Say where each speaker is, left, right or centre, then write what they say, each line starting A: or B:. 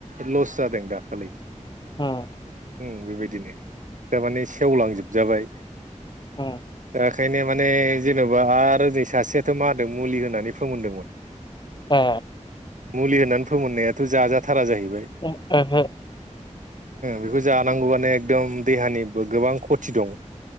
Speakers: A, on the right; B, on the left.
A: लस जादों दाखालि
B: उम
A: उम बेबायदिनो थारमाने सेवलांजोबजाबाय
B: उम
A: राखायनो माने जेन'बा आरो ओनै सासेयाथ' मा होदों मुलि होनानै नि फोमोनदोंमोन
B: ए
A: मुलि होननानै फोमोननायाथ' जाजाथारा जाहैबाय
B: ओहो
A: बेखौ जानांगौबानो एकदम देहानिबो गोबां खथि दं